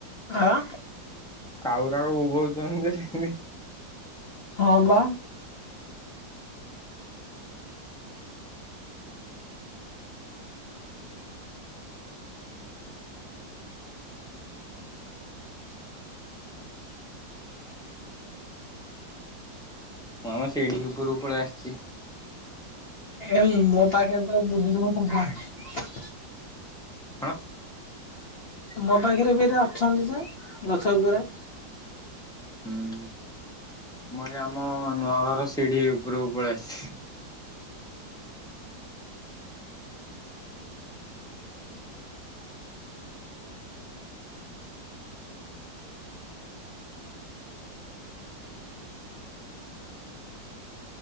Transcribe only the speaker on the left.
ଆଁ
ହଁ ବା
ଏ ମୋ ପାଖରେ ତ ବୁଧି <unintelligible>
ମୋ ପାଖରେ ବି ଏରାଅଛନ୍ତି ଯେ ଗଛ ଉପରେ